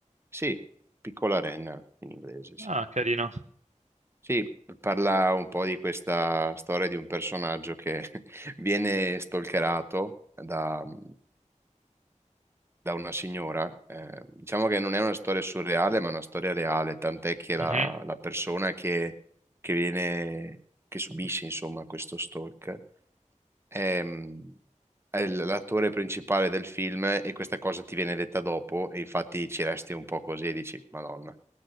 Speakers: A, on the right; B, on the right.
A: Sì, Piccola Renna in inglese, sì.
B: Ah, carino.
A: Sì, parla un po' di questa storia di un personaggio che <laughs> viene stalkerato da, mm, da una signora. Eh, diciamo che non è una storia surreale, ma è una storia reale, tant'è che la,
B: Mhm.
A: la persona che, che viene, che subisce, insomma, questo stalk è, è l- l'attore principale del film e questa cosa ti viene detta dopo e infatti ci resti un po' così e dici, Madonna.